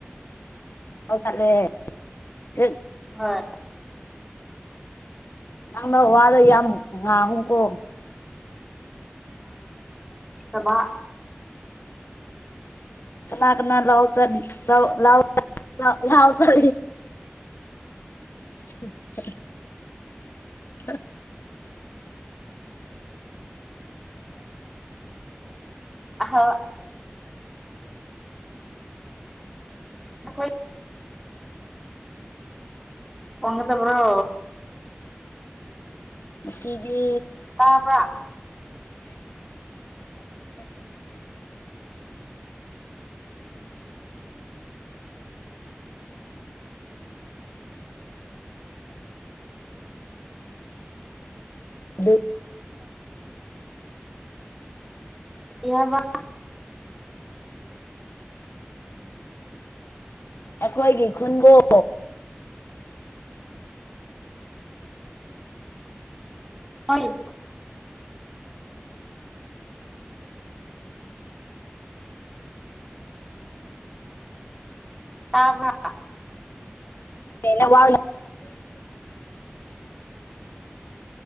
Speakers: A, on the left; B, in the centre.
A: ꯆꯁꯠꯂꯦ ꯆ
B: ꯍꯣꯏ
A: ꯅꯪꯗ ꯋꯥꯗ ꯌꯥꯝ ꯑ ꯍꯨꯀꯣ
B: ꯋꯥꯕ
A: ꯀꯅꯥ ꯀꯅꯥ ꯂꯥꯎ ꯆ ꯂ ꯂꯥꯎ ꯆ <inaudible> ꯍ
B: ꯑꯍꯥꯎ ꯣꯏ ꯋꯥꯉꯗ ꯄꯨ꯭ꯔꯣ
A: ꯁꯤꯗꯤ
B: ꯇꯥꯕ꯭ꯔꯥ
A: ꯑꯗꯨ
B: ꯍ ꯋꯥ
A: ꯑꯩꯈꯣꯏꯒꯤ ꯈꯨꯟꯕꯨꯣ
B: ꯑ ꯇꯥꯕ
A: ꯅ ꯋꯥ